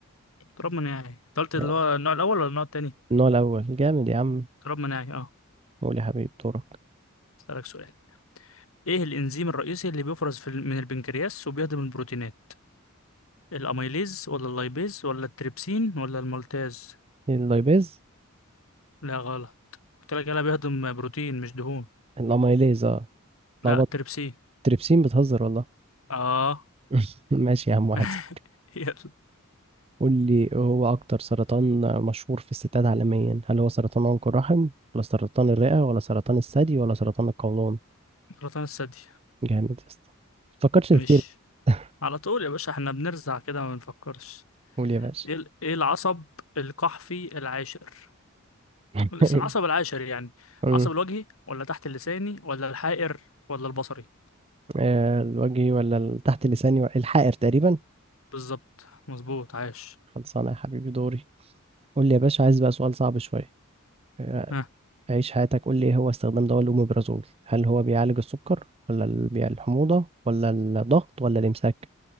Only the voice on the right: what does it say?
يعني
النوع الاول جامد يا عم
قول يا حبيبي دورك
اللايبيز
الاميليز اه اتلخبطت
تريبسين بتهزر والله
<laughs> ماشي يا عم واحد
صفر
قول لي هو أكتر سرطان مشهور في الستات عالميا هل هو سرطان عنق الرحم ولا سرطان الرئة ولا سرطان الثدي ولا سرطان القولون
جامد يا اسطى فكرتش
كتير <laughs>
قول يا باشا
<laughs>
أمم،
آه، الوجهي ولا ال- تحت اللساني ولا- الحائر تقريبا
خلصانة يا حبيبي دوري قول لي يا باشا عايز بقى سؤال صعب شوية آه،
عيش حياتك قول لي ايه هو استخدام دواء الأوميبرازول هل هو بيعالج السكر ولا ال- بيع- الحموضة ولا الضغط ولا الإمساك